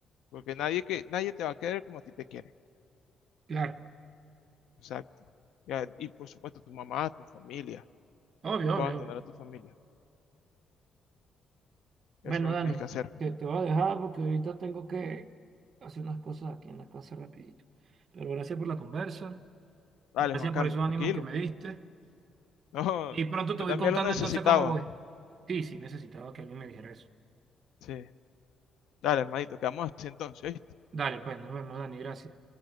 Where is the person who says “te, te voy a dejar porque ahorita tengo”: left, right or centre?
Right